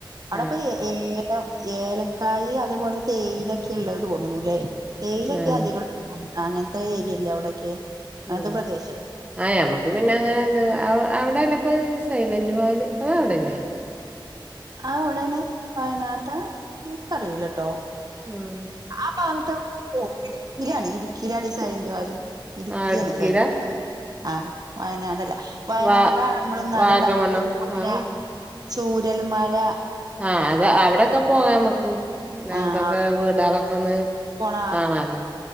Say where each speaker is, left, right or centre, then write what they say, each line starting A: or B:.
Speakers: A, on the right; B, on the right.
A: അവടെപ്പയി
B: ആഹ്
A: ഏലം ഏലക്കായി അതുേപോലെ തേയിലൊക്കെ ള്ളത് തോന്ന്ണുല്ലേ. തേയിലെക്കെ
B: ആഹ്
A: അധികള്ള അങ്ങൻത്തെ ഏരിയല്ലേ അവിടൊക്കെ അങ്ങൻത്തെ
B: ഉം
A: പ്രദേശം.
B: ആഹ് ഞമ്മക്ക് പിന്നെ ങ്ങനെത് അവ അവടെല്ലെ പ്പ് സൈലന്റ് വാല് അതവടെല്ലേ
A: അത് അവിടണോ വയനാട്ടാ ഇൻ ക്കറിയൂലട്ടോ
B: ഉം
A: ആ ഭാഗത്തോ ഒ ഇടുക്കിലാണി ഇടുക്കിലാണി സൈലന്റ് വാലി. ഇടുക്കിയാണ്
B: ആഹ് ഇടുക്കിയിലാ
A: സൈലന്റ് വാലി ആഹ് വയനാടല്ല. വയനാടാ
B: വാ
A: ണമ്മള് ന്നാള്ണ്ടായ
B: വാഗമണ്ണം
A: ഉരുൾപൊട്ടല
B: അത്
A: ചൂരൽ മല
B: ആഹ് അത അവ്ടൊക്കെ പോകാമക്ക്
A: ആഹ്
B: അതൊക്കെ
A: അവിടെ
B: വീടാളൊക്കൊന്ന്
A: പോണ
B: കാണല്ലെ